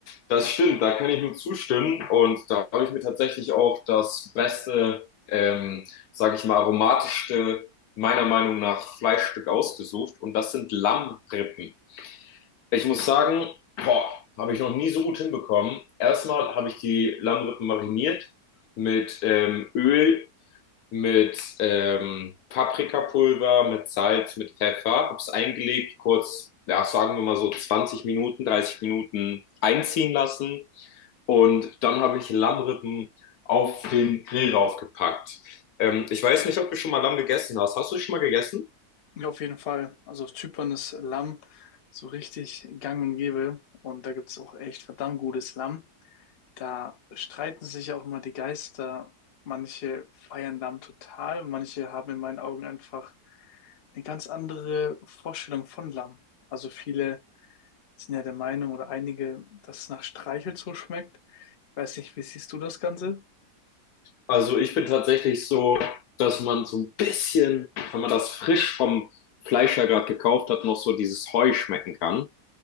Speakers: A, on the left; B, on the left.
A: Das stimmt, da kann ich nur zustimmen. Und da habe ich mir tatsächlich auch das beste, ähm, sage ich mal, aromatischste, meiner Meinung nach, Fleischstück ausgesucht. Und das sind Lammrippen. Ich muss sagen, boah, habe ich noch nie so gut hinbekommen. Erstmal habe ich die Lammrippen mariniert mit ähm, Öl mit ähm, Paprikapulver, mit Salz, mit Pfeffer, hab's eingelegt, kurz, ja, sagen wir mal so 20 Minuten, 30 Minuten einziehen lassen und dann habe ich Lammrippen auf den Grill raufgepackt. Ähm, ich weiß nicht, ob du schon mal Lamm gegessen hast. Hast du schon mal gegessen?
B: Ja, auf jeden Fall. Also auf Zypern ist Lamm so richtig gang und gäbe. Und da gibt's auch echt verdammt gutes Lamm. Da streiten sich auch immer die Geister. Manche feiern Lamm total, manche haben in meinen Augen einfach eine ganz andere Vorstellung von Lamm. Also viele sind ja der Meinung oder einige, dass es nach Streichel so schmeckt. Ich weiß nicht, wie siehst du das Ganze?
A: Also ich bin tatsächlich so, dass man so ein bisschen, wenn man das frisch vom Fleischer gerade gekauft hat, noch so dieses Heu schmecken kann.